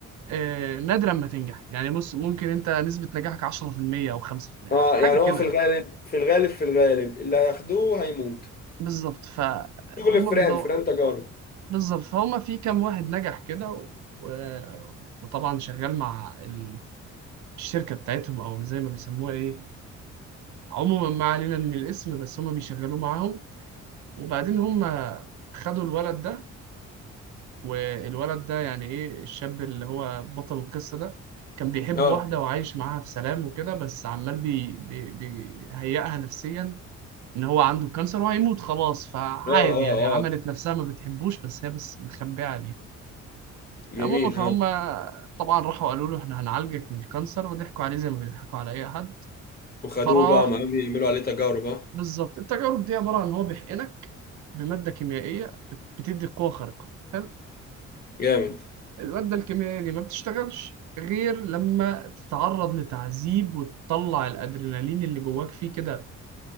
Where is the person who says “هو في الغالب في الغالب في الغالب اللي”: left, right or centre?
Left